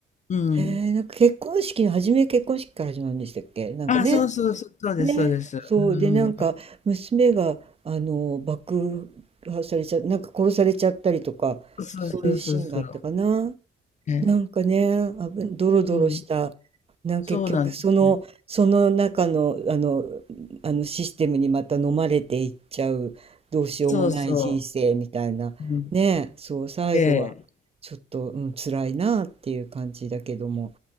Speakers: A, on the left; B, on the right.
A: うん。
B: えー、なんか結婚式の初め結婚式から始まるんでしたっけなんかね。
A: あ、そうそうそう、そうです、
B: ね、
A: そうです。
B: そう、
A: う
B: で、なんか、
A: ん。
B: 娘が、あの、爆破されちゃ、なんか殺されちゃったりとか、
A: そうそうそうそ
B: そういうシーンがあったかな。
A: う。ね。
B: なんかね、あぶ、ドロドロした、
A: うん。
B: なんか結局、
A: そうなんですね。
B: その、その中の、あの、あのシステムにまた飲まれていっちゃう、どうしようもない人生みたいな、
A: そうそう。うん。
B: ね、そう、最後は、
A: ええ。
B: ちょっと、うん、辛いなっていう感じだけども、